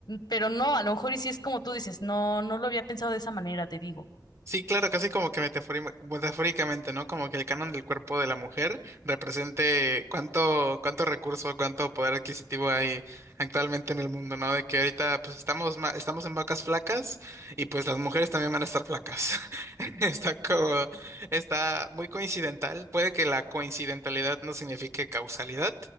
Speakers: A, on the left; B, on the right.
A: pero no, a lo mejor y si es como tú dices, no, no lo había pensado de esa manera, te digo.
B: Sí, claro, casi como que metafori- metafóricamente, ¿no? Como que el canon del cuerpo de la mujer represente cuánto, cuánto recurso, cuánto poder adquisitivo hay actualmente en el mundo, ¿no? De que ahorita pues estamos, ma- estamos en vacas flacas y pues las mujeres también van a estar flacas. <laughs> Está como, está muy coincidental. Puede que la coincidentalidad no signifique causalidad,